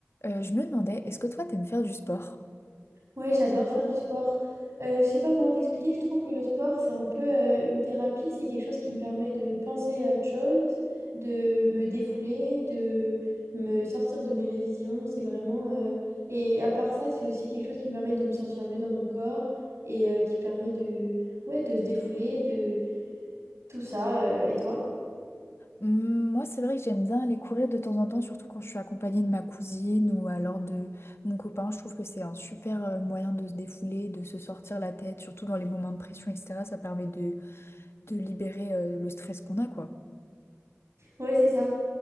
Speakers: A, on the left; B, on the right.
A: Euh, je me demandais, est-ce que toi, t'aimes faire du sport?
B: Ouais, j'adore faire du sport. Euh, je sais pas comment t'expliquer, je trouve que le sport, c'est un peu euh, une thérapie, c'est quelque chose qui me permet de penser à autre chose, de me défouler, de me sortir de mes révisions. C'est vraiment... euh, Et à part ça, c'est aussi quelque chose qui me permet de me sentir mieux dans mon corps et euh, qui permet de... Ouais, de se défouler, de tout ça. euh, Et toi?
A: Hmm, Moi, c'est vrai que j'aime bien aller courir de temps en temps, surtout quand je suis accompagnée de ma cousine ou alors de mon copain. Je trouve que c'est un super euh, moyen de se défouler, de se sortir la tête, surtout dans les moments de pression, etc. Ça permet de, de libérer euh, le stress qu'on a, quoi.
B: Ouais, c'est ça.